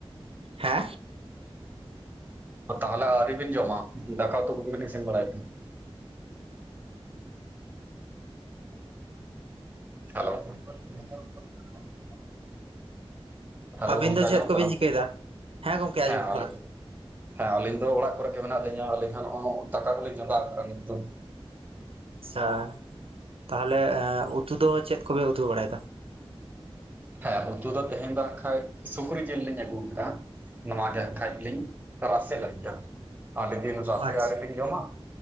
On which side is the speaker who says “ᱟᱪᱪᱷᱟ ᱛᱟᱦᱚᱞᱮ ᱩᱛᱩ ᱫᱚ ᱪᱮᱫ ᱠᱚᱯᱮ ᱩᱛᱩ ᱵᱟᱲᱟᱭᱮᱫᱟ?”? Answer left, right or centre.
Right